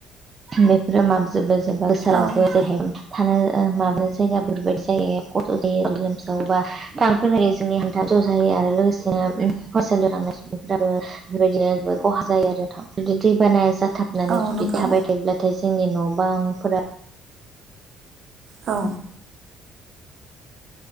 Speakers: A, on the right (about 20°); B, on the right (about 45°).
A: बेफोरो माबजोबो जेनबा गोसोलाजोबो
B: औ
A: जेरैहाय थानो <unintelligible> माबा जायगा बेबायादि जायो खस्थ' जायो लोमसावोबा थ जोंनि हान्था ज' जायो <unintelligible> आरो लोगोसेनो हस्टेल थांनाय सुबुंफोराबो बेफोरबायदिनो जबो खहा जायो आरो बिदि दै बानाया <unintelligible> थाबनानै
B: औ
A: जुदि
B: नंगौ
A: थाबाय थायोब्लाथाय जोंनि न' बांफोरा <unintelligible>
B: औ